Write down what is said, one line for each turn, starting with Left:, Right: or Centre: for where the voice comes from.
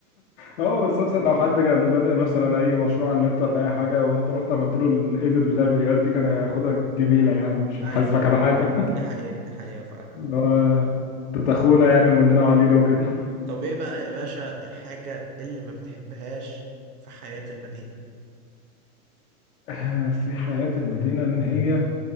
Left: اه بس مثلا لو حد كان بادئ مثلا اي مشروع على النت ولا اي حاجه وانت رحت عملت له الايديت بتاع الفيديوهات دي كان هياخدها جميله يعني
Right: <laughs>
Left: مش
Right: ايوه
Left: هيحاسبك
Right: ايوه
Left: على حاجه
Right: دي حقيقة دي حقيقة فعلا
Left: اللي هو تلت اخونا يعني ومننا وعلينا وكده
Right: طب ايه بقى يا باشا الحاجة اللي ما بتحبهاش في حياة المدينة
Left: آه، في حياة المدينة ان هي